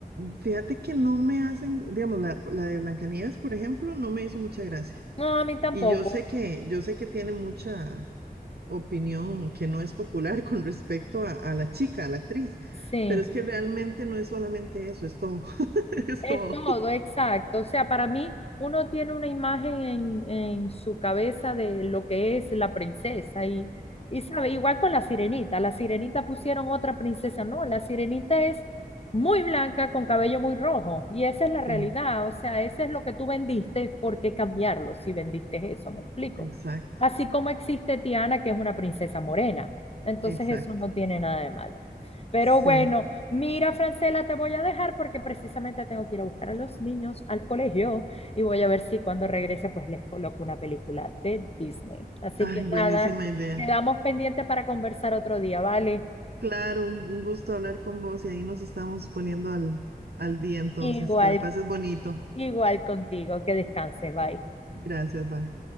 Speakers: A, on the right; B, on the left.
A: fíjate que no me hacen, digamos, la, la de Blancanieves, por ejemplo, no me hizo mucha gracia.
B: No, a mí tampoco.
A: Y yo sé que, yo sé que tiene mucha opinión que no es popular <laughs> con respecto a, a la chica, a la actriz,
B: Sí.
A: pero es que realmente no es solamente eso, es todo, <laughs> es
B: Es
A: todo.
B: todo, exacto. O sea, para mí uno tiene una imagen en, en su cabeza de lo que es la princesa y, y sabe, igual con la sirenita. La sirenita pusieron otra princesa, no, la sirenita es muy blanca con cabello muy rojo y esa es la realidad.
A: Sí,
B: O sea, ese es lo que tú vendiste, ¿por qué cambiarlo si vendiste eso? ¿Me explico?
A: exacto,
B: Así como existe Tiana, que es una princesa morena. Entonces
A: exacto,
B: eso no tiene nada de malo. Pero
A: sí.
B: bueno. Mira, Francela, te voy a dejar porque precisamente tengo que ir a buscar a los niños al colegio y voy a ver si cuando regrese pues les coloco una película de Disney. Así
A: Ay,
B: que
A: buenísima
B: nada,
A: idea.
B: quedamos pendientes para conversar otro día, ¿vale?
A: Claro, un, un gusto hablar con vos y ahí nos estamos poniendo al, al día entonces.
B: Igual,
A: Que la pases bonito.
B: igual contigo, que descanses, bye.
A: Gracias, bye.